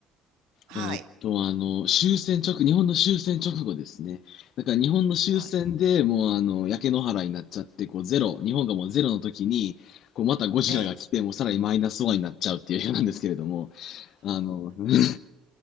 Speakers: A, on the right (about 85°); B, on the left (about 65°).
A: はい。
B: えーっと、あの、終戦直、日本の終戦直後ですね。だから日本の終戦でもう、
A: はい。
B: あの、焼け野原になっちゃって、こう、ゼロ、日本がもうゼロの時に、こう、またゴジラが来て、
A: ええ。
B: もうさらにマイナスワンになっちゃうっていう映画なんですけれども、あの、<laughs>